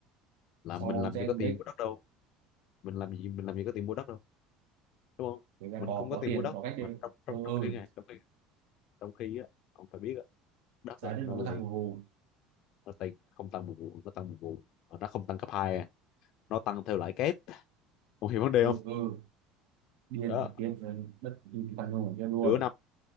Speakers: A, on the left (about 50°); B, on the right (about 80°).
A: là
B: sau
A: mình làm
B: Gen
A: gì có tiền
B: Z
A: mua đất đâu mình làm gì mình làm gì có tiền mua đất đâu đúng không
B: người ta
A: mình
B: có
A: không có
B: có
A: tiền
B: tiền
A: mua đất
B: có cách đấy
A: mà trong
B: ừ
A: trong trong
B: ừ
A: khi này trong khi trong khi á ông phải biết á, đất
B: giá
A: á,
B: đất
A: nó
B: nó
A: lên
B: có tăng hù hù
A: nó tăng không tăng một vụ nó tăng một vụ Mà nó không tăng cấp hai à. nó tăng theo lãi kép không hiểu vấn đề
B: ừ
A: không
B: ừ điên
A: đó
B: điên rồi đất đi cái thằng ngu cho đuôi
A: nửa năm